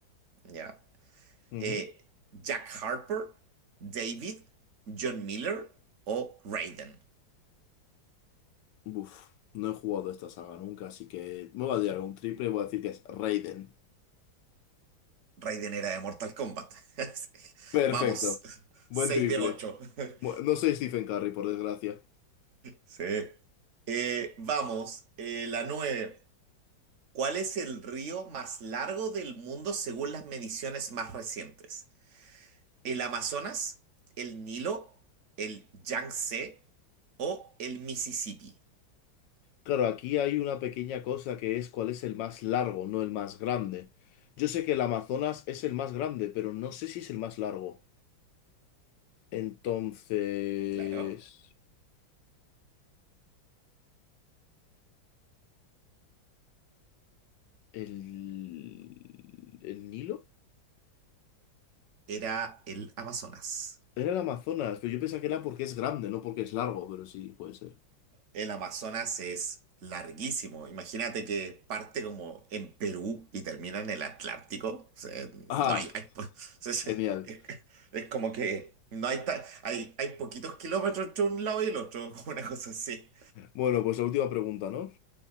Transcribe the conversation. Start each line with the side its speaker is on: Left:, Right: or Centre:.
Right: ¿Ya?
Left: Ujú.
Right: eh, Jack Harper, David, John Miller o Raiden.
Left: Uf, no he jugado esta saga nunca, así que me voy a tirar un triple y voy a decir que es Raiden.
Right: Raiden era de Mortal Kombat. <laughs>
Left: Perfecto.
Right: Vamos,
Left: Buen
Right: 6
Left: triple.
Right: de 8. <laughs>
Left: Mu- No soy Stephen Curry, por desgracia.
Right: Sí. Eh, vamos, eh, la 9. ¿Cuál es el río más largo del mundo según las mediciones más recientes? ¿El Amazonas, el Nilo, el Yangtze o el Mississippi?
Left: Claro, aquí hay una pequeña cosa que es cuál es el más largo, no el más grande. Yo sé que el Amazonas es el más grande, pero no sé si es el más largo. Entonces,
Right: Claro,
Left: ¿el, el Nilo?
Right: era el Amazonas.
Left: Era el Amazonas, pero yo pensaba que era porque es grande, no porque es largo, pero sí, puede ser.
Right: El Amazonas es larguísimo. Imagínate que parte como en Perú y termina en el Atlántico. O sea,
Left: Ah,
Right: no hay, hay po- <laughs> es,
Left: genial.
Right: es- es como que no hay, ta- hay, hay poquitos kilómetros entre un lado y el otro, <laughs> una cosa así.
Left: Bueno, pues la última pregunta, ¿no?